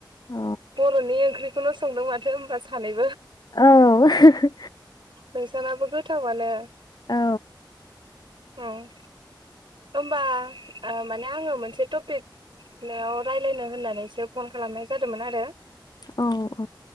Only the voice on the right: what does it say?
बर'नि ओंख्रि खौनो संदों माथो होनबा सानै
नोंसानाबो गोथावानो
ओं ओमबा माने आङो मोनसे टपिक रायज्लायनो होननानैसो फन खालामनाय जादोंमोन आरो